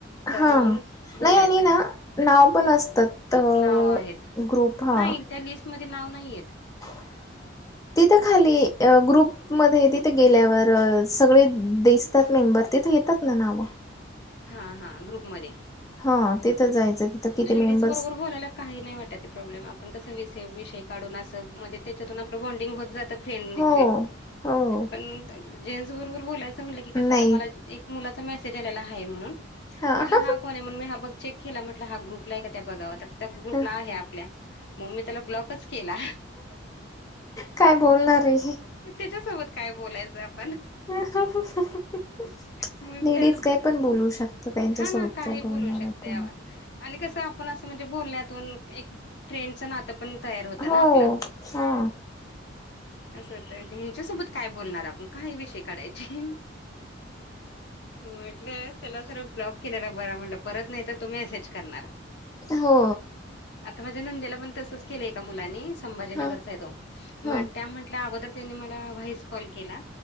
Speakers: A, on the left; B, on the left.
A: हा
B: तर मग बोलायचं
A: नाही आणि ना नाव पण असतात. अ
B: नाव आहेत
A: ग्रुप हा
B: नाही त्या लिस्टमध्ये नाव नाही येत.
A: <inaudible> तिथं खाली अ ग्रुप मध्ये तिथे गेल्यावर सगळे दिस तात मेंबर. तिथे येतात ना नाव.
B: हा हा. ग्रुपमध्ये.
A: हां ते तरं जायचं. तिथं किती
B: लेडीज
A: मेंबर्स
B: बरोबर बोलांयला. कांहीं नाहीं वाटतं प्रॉब्लेम आपणं कसं विषय काढूंन असं म्हणजे त्यांच्यातून आपलं बॉन्डिंग होतं जातं फ्रेंड
A: हो हो
B: पणं जेंट्स बरोबर बोलायचं म्हटलं की कसं
A: नाही
B: आंता मलां एक मुलांचा मेसेज आलेला हायं म्हणूंन मी
A: हा
B: म्हटलं
A: ह
B: हां कोणं आहे म्हणूंन मी हां बघं चेक केलां हां ग्रुप आहे कां त्यां बघावं त्यां ग्रुपलां
A: हा
B: आहे आपल्या मंग मी त्यांला ब्लॉकच केलां
A: कायं बोलणारं आहे
B: त्यांच्यासोबत कायं बोलायचं आपणं
A: हां लेडीज
B: मग त्याला
A: कांहीं पणं बोलूं शकतं त्यांच्यासोबत
B: हा ना काही
A: कायं बोलणारं
B: बोलू शकते
A: आपणं
B: यावर आणि कसं आपणं असं म्हणजे बोलण्यांतून एक फ्रेंडचं नातं पणं तयारं होतां
A: हो
B: नां आपलां
A: हा
B: असं होतंय हेच्यासोबतं कायं बोलणारं आपणं कांहीं विषय काढांयचे म्हटलं त्यांला सरळं ब्लॉक केलेला बरां म्हटलं परंत नाहीं तरं तो मेसेज करणारं
A: हो
B: आंता माझ्यां नंदेला पणं तसंच केलंय एकां मुलांनी संभाजीनगर
A: हा
B: चां आहे तो
A: हा
B: त्यां म्हटल्यां अगोदर त्यांनी मलां व्हांइस कॉल केलां